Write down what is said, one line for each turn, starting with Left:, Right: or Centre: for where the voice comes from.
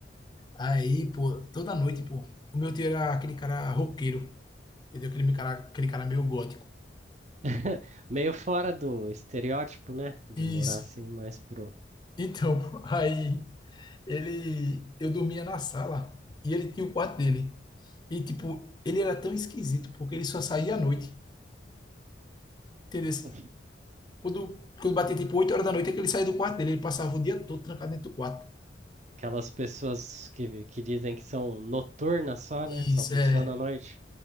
Left: Aí, pô, toda noite, pô, o meu tio era aquele cara roqueiro, entendeu? Aquele cara, aquele cara meio gótico.
Right: <laughs> Meio fora do estereótipo, né? De
Left: Isso.
Right: morar assim mais pro.
Left: Então, pô, aí, ele... Eu dormia na sala e ele tinha o quarto dele. E, tipo, ele era tão esquisito, porque ele só saía à noite, entendeu?
Right: <laughs>
Left: Quando, quando batia tipo 8 horas da noite, é que ele saía do quarto dele. Ele passava o dia todo trancado dentro do quarto.
Right: Aquelas pessoas que, que dizem que são noturnas só,
Left: Isso,
Right: né? Só funciona
Left: é.
Right: à noite.